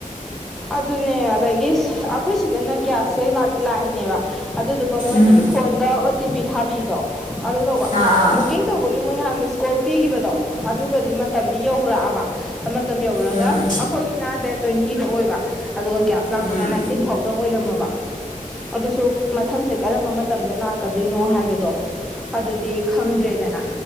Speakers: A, in the centre; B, on the left (about 65°).
A: ꯑꯗꯨꯅꯦ ꯑꯗꯒꯤ ꯑꯩꯈꯣꯏ ꯁꯤꯗꯅ ꯒ꯭ꯌꯥꯁꯁꯦꯥꯛꯇꯤ ꯂꯥꯛꯏꯅꯦꯕ ꯑꯗꯨꯗꯨꯒ ꯃꯣꯏ
B: ꯎꯝ
A: ꯐꯣꯟꯗ ꯑꯣ ꯇꯤ ꯄꯤ ꯊꯥꯕꯤꯗꯣ ꯑꯗꯨ ꯇꯧꯕꯕꯨ
B: ꯑꯥ ꯑꯥ
A: ꯀꯨꯀꯤꯡ ꯇꯧꯕꯒꯤ ꯃꯣꯏ ꯉꯍꯥꯟ ꯃꯤꯁꯀꯣꯜ ꯄꯤꯈꯤꯕꯗꯣ ꯑꯗꯨꯒꯗꯤ ꯃꯇꯝꯗꯤ ꯌꯧꯔꯛꯑꯕ ꯃꯇꯝ ꯌꯧꯔꯒ
B: ꯎꯝ
A: ꯑꯩꯈꯣꯏꯒꯤꯅ ꯗꯦꯠ ꯇ꯭ꯋꯦꯟꯇꯤꯗ ꯑꯣꯏꯕ ꯑꯗꯨꯒ ꯒ꯭ꯌꯥꯁ ꯂꯥꯛꯄꯅ
B: ꯎꯝ
A: ꯅꯥꯏꯟꯇꯤꯟ ꯐꯥꯎꯗꯪ ꯑꯣꯏꯔꯝꯃꯕ ꯑꯗꯨꯁꯨ ꯃꯊꯪꯁꯦ ꯀꯔꯝꯕ ꯃꯇꯝꯗ ꯂꯥꯛꯀꯗꯣꯏꯅꯣ ꯍꯥꯏꯕꯗꯣ ꯑꯗꯨꯗꯤ ꯈꯪꯗ꯭ꯔꯦꯗꯅ